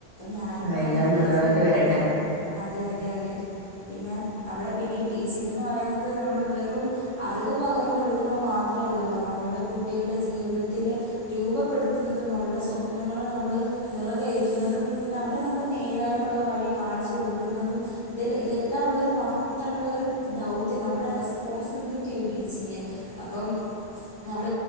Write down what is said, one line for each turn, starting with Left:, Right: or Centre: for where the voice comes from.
Left: ഞാന് ഇപ്പോ
Right: ആഹ്
Left: അങ്ങനെയൊക്കെയാ
Right: എല്ലാം നല്ലതായിട്ട്
Left: ചിന്തിക്കുന്നേ
Right: വരട്ടെ
Left: അതെ അത അത് പിന്നെ നമ്മളെ ഈ പീച്ചിങ് ന്ന് പറയുന്നത് നമ്മള് വെറും അറിവ് പകർന്ന് കൊടുക്കുന്നത് മാത്രമല്ലല്ലോ നമ്മളുടെ കുട്ടികളുടെ ജീവിതത്തില് രൂപപ്പെടുത്തുന്നതും അവള്ടെ സ്വപ്നങ്ങളെ നമ്മള് നിറവേറ്റുന്നതും അവര് നമ്മെ നേരായിട്ടുള്ള വഴി കാണിച്ച് കൊടുക്കുന്നതും ഇത് ഇതെല്ലാം ഉള്ളോരു മഹതായിട്ട് ഉള്ളോരു ദൗത്യം നമ്മടെ റെസ്പോൺസിബിലിറ്റി ഈ ടീച്ചിങ്ങ് അപ്പം നമ്മൾ